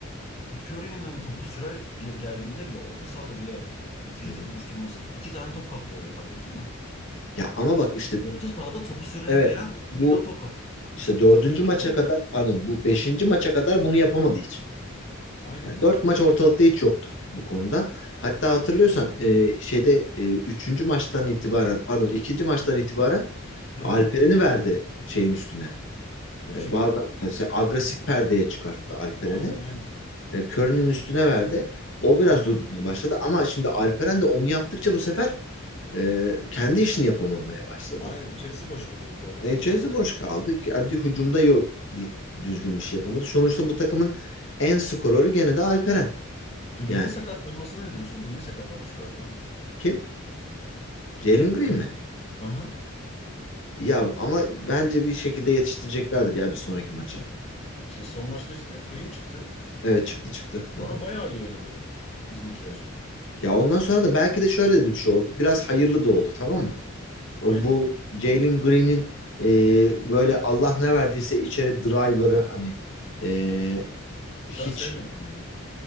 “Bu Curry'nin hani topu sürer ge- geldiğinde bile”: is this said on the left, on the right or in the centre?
Left